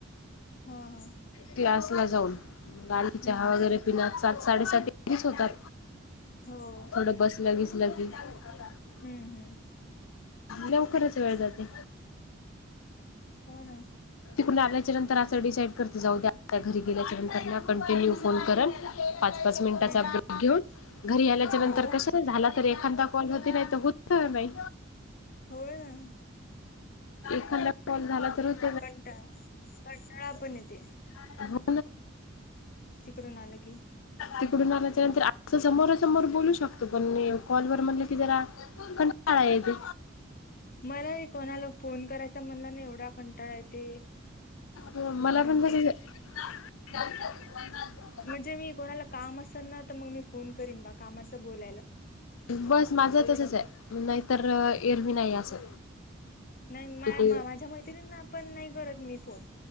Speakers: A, on the left; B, on the left.
A: हं हं.
B: क्लासला जाऊ, बारीक चहा
A: हम्म हम्म
B: वगरे पिण्यात सात साडेसात तिकेच्च होतात.
A: हो
B: थोडं बसलं बिसलं की, --
A: हु हं.
B: लवकरच वेळ जाते.
A: हो ना.
B: तिकडून आल्याच्या नंतर असं डिसाईड करतं जाऊ दया घरी गेल्याच्या नंतर म कंटिन्यू फोन करंल पाच पाच मिनिटाचा
A: हम्म
B: ब्रेक घेऊन घरी आल्याच्या नंतर
A: हो
B: कसा ना झाला तर एखांदा फोनमधे नाई त होत्त नाई.
A: होय.
B: एखांदा कॉल झाला तरच
A: कंटाळा, कंटाळा पण येते.
B: <unintelligible>
A: तिकडून आलं की
B: तिकडून आल्याच्यानंतर अत्त समोरासमोर बोलू शकतो पण नि कॉलवर म्हण की दरा <inaudible> कंटाळा येतो.
A: मला ही कोणाला फोन करायचा म्हणलं ना की, एवढा कंटाळा येते.
B: हो मला
A: भयंकर
B: पण घरीजा चालतं, <inaudible>
A: म्हणजे मी कोणाला काम असल ना, त म मी फोन करीन बा कामाचं बोलायला.
B: वंस माझं तसच आय नाहीतर्र एरवी नायी असं.
A: नाई, मा
B: किती
A: माझ्या मैत्रिणींना पण नाही करत मी फोन.